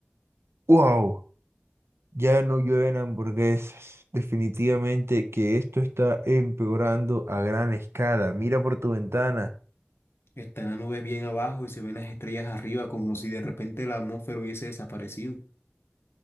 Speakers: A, on the right; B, on the left.
A: Wow, ya no llueven hamburguesas. Definitivamente que esto está empeorando a gran escala. Mira por tu ventana
B: Están las nubes bien abajo y se ven las estrellas arriba como si de repente la atmósfera hubiese desaparecido.